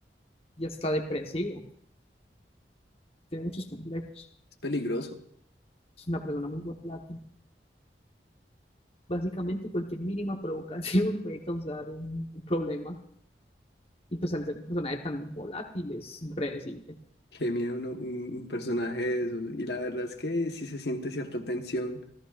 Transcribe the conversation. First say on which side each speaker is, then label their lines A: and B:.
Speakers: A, on the left; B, on the left.
A: Y hasta depresivo. Tiene muchos complejos.
B: Es peligroso.
A: Es una persona muy volátil. Básicamente cualquier mínima provocación <laughs> puede causar un problema. Y pues al ser un personaje tan volátil es impredecible.
B: Qué miedo uno- un, un personaje de esos. Y la verdad es que sí se siente cierta tensión